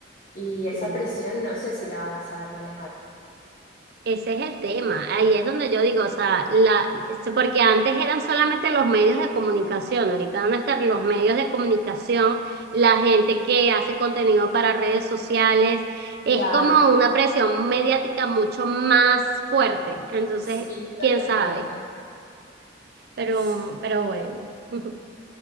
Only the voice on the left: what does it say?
y esa
presión no sé si la van a saber manejar.
Claro,
sí, totalmente.
S-